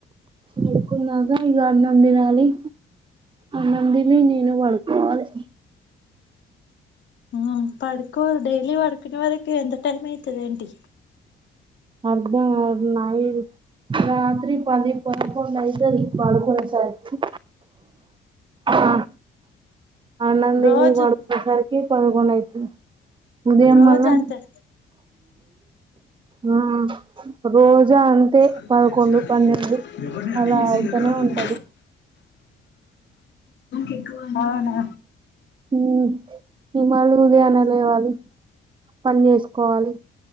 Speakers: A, on the right; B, on the left.
A: పడుకున్నాక ఇగ అన్నం తినాలి అన్నం తిని నేను పడుకోవాలి
B: ఆ పడుకో డైలీ పడుకునే వరకు ఎంత టైమ్ ఐతది ఏంటి
A: అర్ధం కాదు నయిట్ రాత్రి పది పదకుండైతది పడుకునేసరికి ఆ అన్నం తిని
B: రోజు
A: పడుకునేసరికి పదకుండైతుంది ఉదయం
B: రోజు
A: మళ్ళా
B: అంతే
A: ఆ రోజా అంతే
B: సార్
A: పదకొండు
B: కొెం చిరాకు
A: పన్నెండు
B: ఎక్కువ ఎవరిని అంటే
A: అలా
B: ఈజీగా
A: అయితనే
B: కలవంది
A: ఉంటది
B: అవు అవునా
A: మ్ ఈ మళ్ళ ఉదయానే లేవాలి పని చేసుకోవాలి